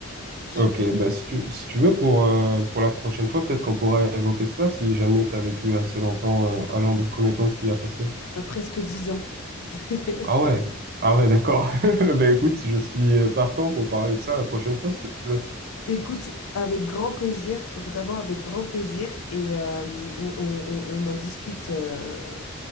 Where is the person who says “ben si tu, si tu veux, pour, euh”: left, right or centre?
Right